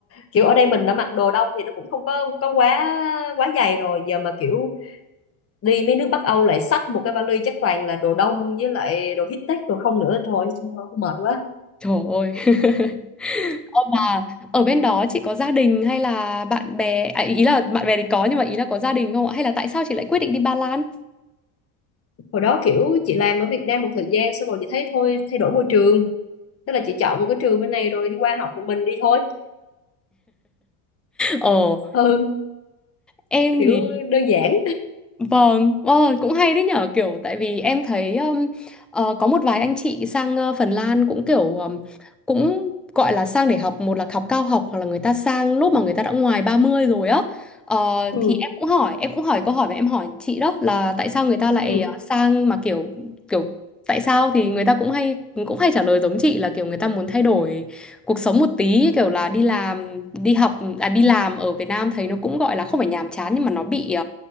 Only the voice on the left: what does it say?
kiểu ở đây mình đã mặc đồ đông thì nó cũng không có có quá quá dày rồi giờ mà kiểu đi mấy nước Bắc Âu lại xách một cái vali chắc toàn là đồ đông với lại đồ high-tech đồ không nữa thôi thôi, mệt quá
hồi đó kiểu chị làm ở Việt Nam một thời gian xong rồi chị thấy thôi thay đổi môi trường tức là chị chọn một cái trường bên này rồi đi qua học một mình đi thôi
ừ
kiểu
đơn giản
ừ
ừ